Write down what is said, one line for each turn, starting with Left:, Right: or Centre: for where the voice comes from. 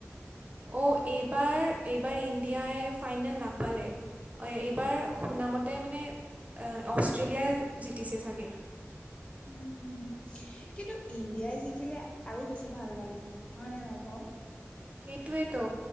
Right: অ, এইবাৰ, এইবাৰ ইণ্ডিয়াই ফাইনেল নাপালে। এইবাৰ শুনামতে মানে অষ্ট্ৰেলিয়া জতিছে চাগে।
Left: উম। কিন্তু ইণ্ডিয়াই জিকিলে আৰু বেছি ভাল লাগিল নহয় হয়নে নাই ক।
Right: হেইতোৱেটো।